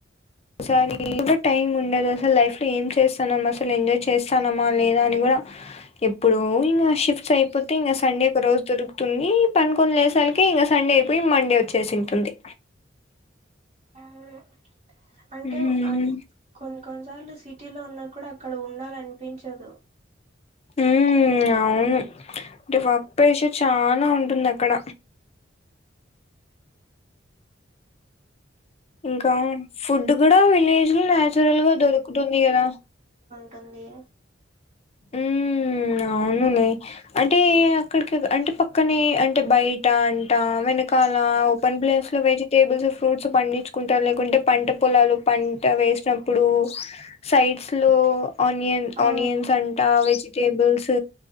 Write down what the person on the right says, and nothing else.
అవును అంటే
అ కొన్ కొన్నిసార్లు సిటీలో ఉన్న కూడ అక్కడ ఉండాలనిపించదు
తుంది
ఆ